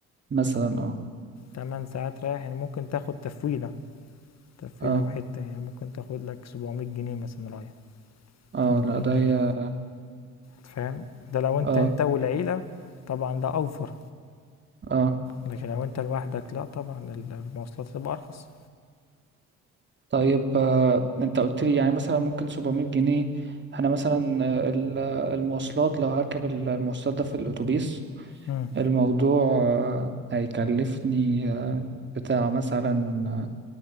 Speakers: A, on the right; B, on the left.
A: مثلا اه
B: 8 ساعات رايح يعني ممكن تاخد تفويلة تفويلة
A: اه
B: وحتة يعني ممكن تاخد لك 700 جنيه مثلا رايح
A: اه
B: 800
A: لا ده
B: جنيه
A: هي
B: فاهم ده لو انت
A: اه
B: انت والعيلة طبعا ده اوفر
A: اه
B: لكن لو انت لوحدك لا طبعا ال- المواصلات تبقى ارخص
A: طيب آه، انت قلت لي يعني مثلا ممكن 700 جنيه انا مثلا آه، ال- المواصلات لو هركب ال- المواصلات ده في الاتوبيس
B: مم.
A: الموضوع آه، هيكلفني بتاع مثلا